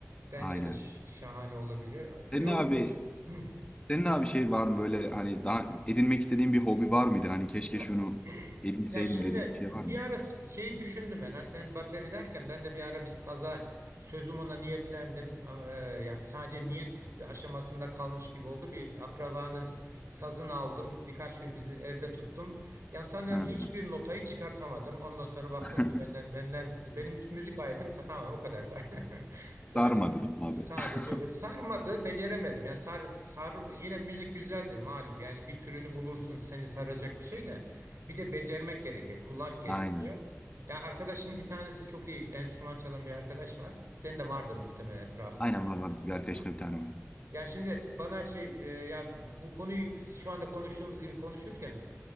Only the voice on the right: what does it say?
bence
de ş- şahane olabiliyor. Yoruluyorsun.
Hı.
Ya,
<clears throat>
ya şimdi
bir
ara s- şeyi düşündüm ben. Ha, sen bateri derken ben de bir ara bir saza sözüm ona niyetlendim. Ama, e, yani sadece niyet aşamasında kalmış gibi oldu. Bir akrabanın sazını aldım. Birkaç gün bizi evde tuttum. Ya sanıyorum
hiçbir notayı çıkartamadım. Ondan sonra baktım
ki benden benden benim müzik hayatım tamamen o kadar say- <laughs> sadece.
Sadece
o sarmadı, beceremedim. Ya sar sar yine müzik güzeldir malum. Yani bir türünü bulursun seni saracak bir şey de bir de becermek gerekiyor. Kulak gerekiyor.
Ya arkadaşım bir tanesi çok iyi enstrüman çalan bir arkadaş var. Senin de vardır muhtemelen etrafında.
Değil
mi?
Ya şimdi bana şey e, ya bu konuyu şu anda konuştuğumuz gibi konuşurken